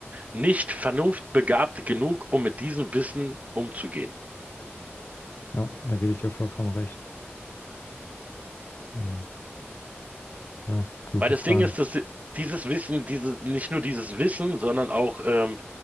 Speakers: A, on the right; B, on the left.
A: nicht vernunftbegabt genug, um mit diesem Wissen umzugehen.
B: Ja, da gebe ich dir vollkommen recht. Ähm, ja, gute
A: Weil das
B: Frage.
A: Ding ist, dass dieses Wissen, diese, nicht nur dieses Wissen, sondern auch ähm,